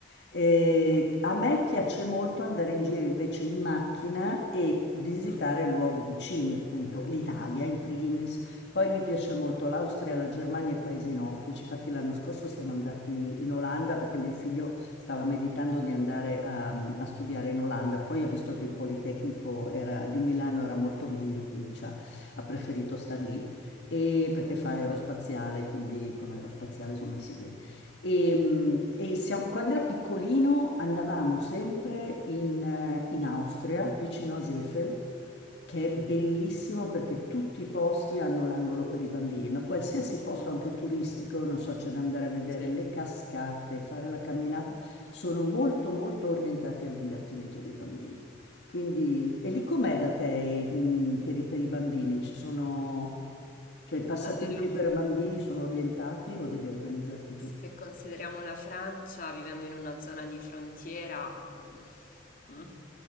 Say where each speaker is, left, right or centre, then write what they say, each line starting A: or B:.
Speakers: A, on the left (about 60°); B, on the left (about 45°).
A: eh, a me piace molto andare in giro invece in macchina e visitare
B: mm,
A: luoghi vicini, appunto l'Italia in primis Poi mi piace molto l'Austria, la Germania e i paesi nordici. Infatti l'anno scorso siamo andati in Olanda perché mio figlio stava meditando di andare a, a studiare in Olanda. Poi ha visto che il
B: mm.
A: Politecnico era- di Milano era molto meglio, quindi ci ha ha preferito star lì e
B: Ma
A: perché fa aerospaziale,
B: bello.
A: quindi con
B: Dai.
A: aerospaziale sono messi bene. E, mm, e siamo- quando era piccolino andavamo sempre in, eh, in Austria, vicino a Seefeld, che
B: Mh-mh.
A: è bellissimo perché tutti i posti hanno l'angolo per i bambini, ma qualsiasi
B: Mh-mh.
A: posto, anche turistico, non so, c'è da andare a vedere
B: Sì.
A: le cascate, fare la camminata, sono molto, molto orientati al divertimento dei bambini. Quindi, e lì com'è da te, mh, per i, per i bambini? Ci sono, cioè, i passatempi
B: Allora, f-
A: per bambini sono orientati o devi organizzarti tu?
B: se consideriamo la Francia, vivendo in una zona di frontiera, mm, mm,